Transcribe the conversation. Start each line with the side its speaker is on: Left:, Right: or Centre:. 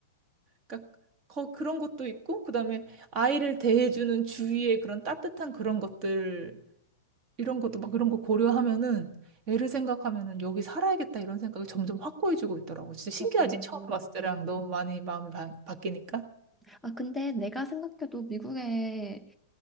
Right: 그러니까 거, 그런 것도 있고 그다음에 아이를 대해주는 주위의 그런 따뜻한 그런 것들 이런 것도 막 이런 거 고려하면은 애를 생각하면은 여기 살아야겠다 이런 생각이 점점 확고해지고 있더라고. 진짜 신기하지?
Centre: 어.
Right: 처음 봤을 때랑 너무 많이 마음이 바, 바뀌니까
Centre: 아, 근데 내가 생각해도 미국에